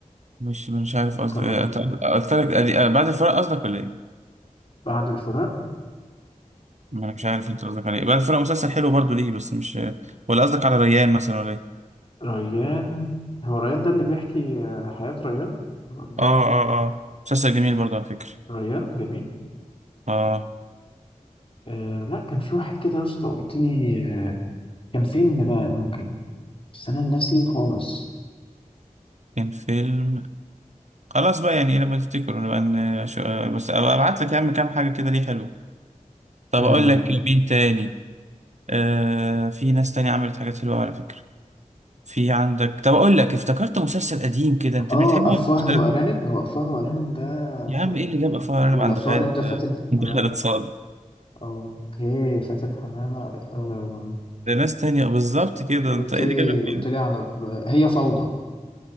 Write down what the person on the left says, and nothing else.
تم
بعد الفراق
ريان هو ريان ده اللي بيحكي آه، حياة ريان ولا
إيه؟
ريان جميل
آه لا كان في واحد كده يا اسطى قلت لي آه كان فيلم بقى ممكن بس انا ناسي خالص
اه
آه،
افواه
وارانب هو افواه وارانب ده
خل...
ولا
افواه
وارانب ده فاتن
حمامة
اوكي فاتن حمامة آه
قلت
لي
قلت
لي على ب- هي فوضى